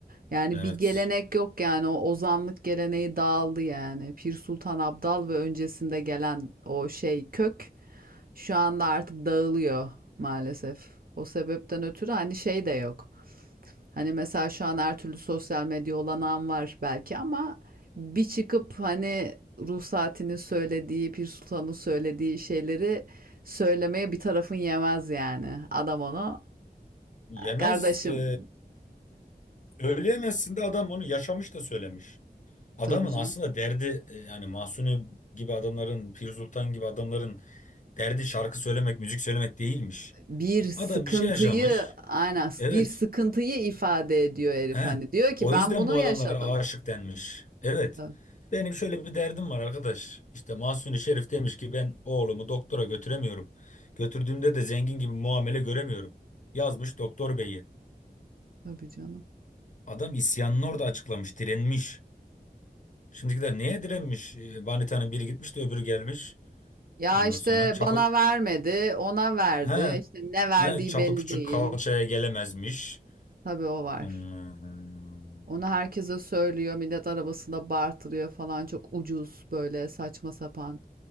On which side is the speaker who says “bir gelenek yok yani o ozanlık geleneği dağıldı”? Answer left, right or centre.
Right